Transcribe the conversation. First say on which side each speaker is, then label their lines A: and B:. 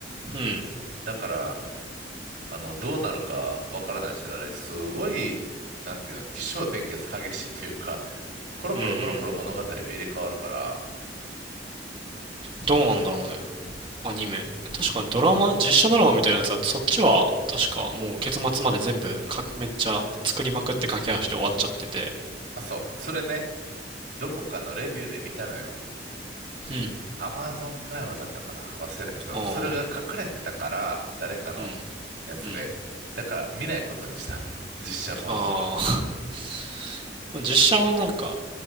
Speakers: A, on the right; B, on the right.
A: うん。
B: だから、あの、どうなるかわからないし、あれ、すごい、なんていうの、起承転結激しいというか、<laughs> コロコロコロコロ物語が入れ替わるから、
A: うんうん。どうなんだろうね。アニメ。確かドラマ、実写ドラマみたいなやつは、そっちは確かもう結末まで全部か、めっちゃ作りまくって駆け足で終わっちゃってて。
B: あ、そう、それね、どこかのレビューで見たのよ。
A: うん。
B: アマゾンプライムだったかな忘れたけど、
A: ああ。
B: それが書かれてたから、誰かの
A: うん。
B: やつで。
A: うん。
B: だから見ないことにしたの。<laughs> 実写版は。
A: ああ。<laughs> 実写はなんか、